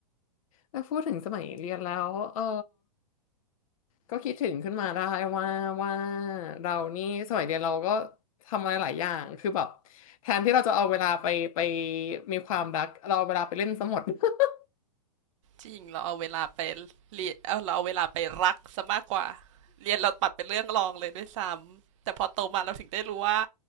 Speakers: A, on the left; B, on the right.
A: แล้วพูดถึงสมัยเรียนแล้วเออ ก็คิดถึงขึ้นมาได้ว่าว่าเรานี่สมัยเรียนเราก็ทำอะไรหลายอย่างคือแบบแทนที่เราจะเอาเวลาไปไปมีความรักเราเอาเวลาไปเล่นซะหมด <laughs>
B: จริงเราเอาเวลาไปเรียนเอาเราเอาเวลาไปรักซะมากกว่าเรียนเราปัดเป็นเรื่องรองเลยด้วยซ้ำแต่พอโตมาเราถึงได้รู้ว่า